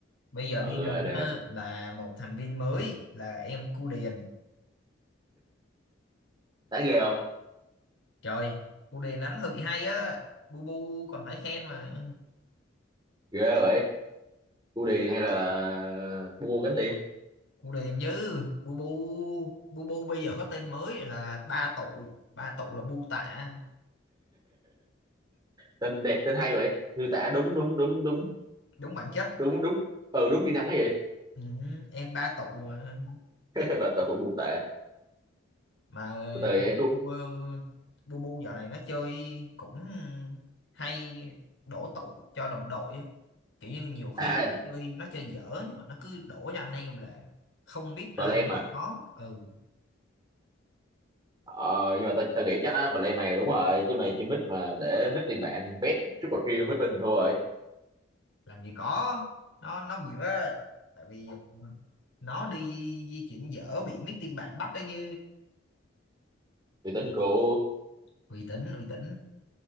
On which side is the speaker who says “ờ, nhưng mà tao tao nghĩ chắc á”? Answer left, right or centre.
Right